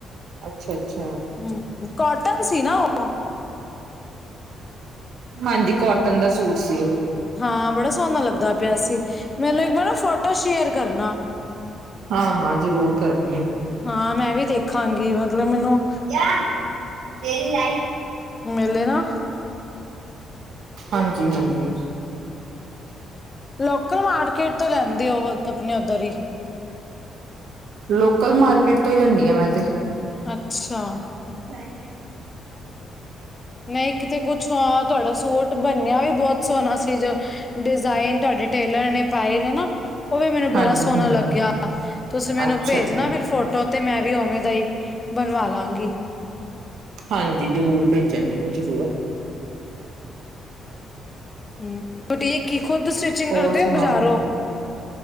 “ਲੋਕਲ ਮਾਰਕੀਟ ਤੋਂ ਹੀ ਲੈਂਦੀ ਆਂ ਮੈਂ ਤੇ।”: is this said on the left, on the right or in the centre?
Right